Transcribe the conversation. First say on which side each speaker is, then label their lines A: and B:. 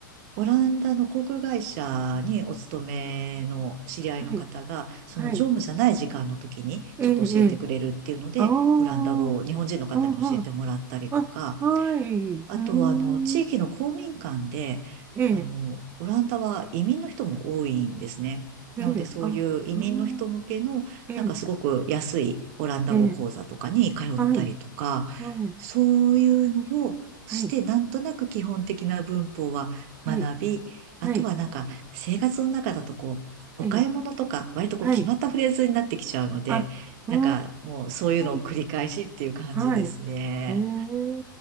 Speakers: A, on the right; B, on the right.
A: オランダの航空会社にお勤めの知り合いの方が、
B: はい、
A: その乗務じゃない時間の時にちょっと教えてくれるっていうので、
B: はい。ええ、ええ。ああ、うん
A: オランダ語を日本人の方に教えてもらったりとか、
B: うんあ、はい。うーん。
A: あとは、あの、地域の公民館で、
B: ええ、
A: あの、オランダは移民の人も多いんですね。
B: ええ、
A: なので、そういう移民の人向けの、
B: あ、うーんええ、
A: なんかすごく安いオランダ語講座とかに通ったりとか、
B: ええ、はい、はい、
A: そういうのをして、
B: はい、
A: なんとなく基本的な文法は学び、
B: はい、はい、
A: あとはなんか生活の中だとこう、
B: ええ、
A: お買い物とか、割とこう決まったフレーズになってきちゃうので、
B: はい、あ、はー
A: なんかもうそういうのを繰り返しっていう感じですね。
B: んはいええ、